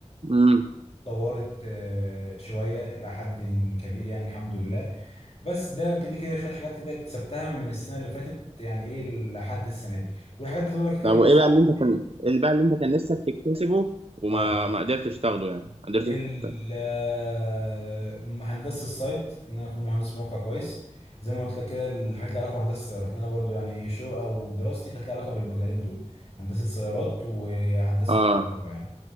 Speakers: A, on the right (about 55°); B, on the left (about 60°).
A: امم
B: اتطورت آه، شويه الى حد كبير يعني الحمد لله بس ده كده كده شويه حاجات كده اكتسبتها من السنه اللي فاتت يعني ايه لحد السنه دي والحاجات دي دول كده
A: طب
B: لازم
A: وايه بقى
B: أعمل
A: اللي انت
B: عليها.
A: كان ايه اللي بقى اللي انت كان نفسك تكتسبه وما
B: اه
A: ما قدرتش تاخده يعني ما قدرتش
B: ال-
A: تكتسبه.
B: آه، هندسه السايت ان انا اكون مهندس موقع كويس زي ما قلت لك كده الحاجات اللي علاقه بهندسه السيارات لأن انا برضو يعني ايه شغل او دراستي كانت لها علاقه بالمجالين دول هندسه سيارات وهندسه
A: اه
B: كهرباء يعني